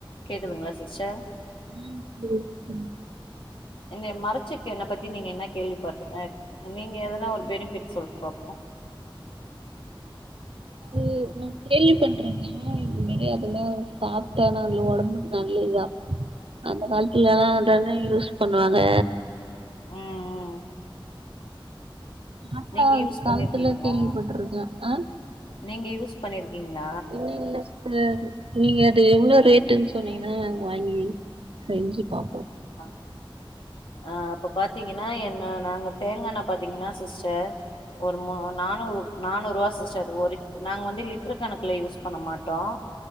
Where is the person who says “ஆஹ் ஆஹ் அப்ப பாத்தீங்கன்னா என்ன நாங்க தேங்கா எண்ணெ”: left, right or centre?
Left